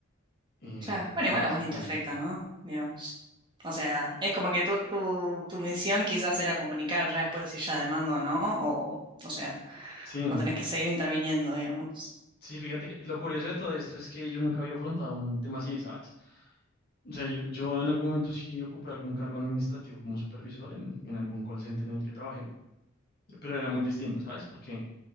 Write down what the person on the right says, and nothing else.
Claro. Bueno,
igual a vos ni te afecta, ¿no? Digamos. O sea, es como que tu, tu, tu misión quizás era comunicar ya después si ya demando o no, o, o o sea,
o tenés que seguir interviniendo, digamos.